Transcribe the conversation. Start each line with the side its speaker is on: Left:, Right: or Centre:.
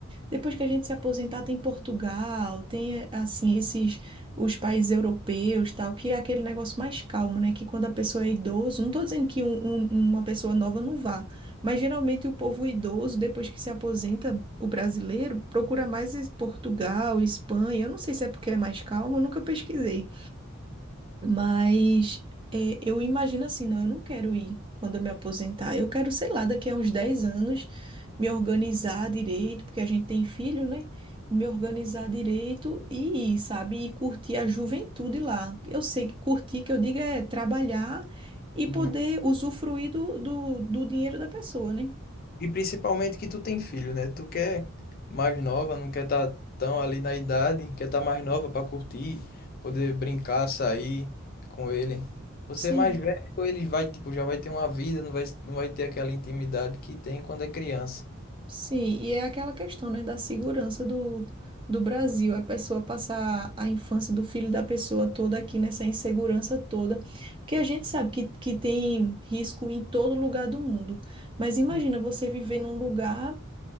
Right: depois que a gente se aposentar tem Portugal, tem eh, assim esses os países europeus, tal, que é aquele negócio mais calmo, né? Que quando a pessoa é idoso, não tô dizendo que um- um- uma pessoa nova não vá, mas geralmente o povo idoso, depois que se aposenta, o brasileiro procura mais es- Portugal, Espanha. Eu não sei se é porque é mais calmo, eu nunca pesquisei. Mas é, eu imagino assim, não, eu não quero ir quando eu me aposentar. Eu quero, sei lá, daqui a uns 10 anos me organizar direito, porque a gente tem filho, né? Me organizar direito e ir, sabe? E curtir a juventude lá. Eu sei que curtir, que eu digo, é trabalhar e poder
Left: Uhum.
Right: usufruir do, do, do dinheiro da pessoa, né?
Left: E principalmente que tu tem filho, né? Tu quer mais nova, não quer estar tão ali na idade, quer estar mais nova para curtir, poder brincar, sair com ele. Você
Right: Sim.
Left: é mais velho, ele vai, tipo, já vai ter uma vida, não vai, não vai ter aquela intimidade que tem quando é criança.
Right: Sim, e é aquela questão, né, da segurança do, do Brasil, a pessoa passar a infância do filho da pessoa toda aqui nessa insegurança toda, porque a gente sabe que, que tem risco em todo lugar do mundo, mas imagina
Left: Hum.
Right: você viver num lugar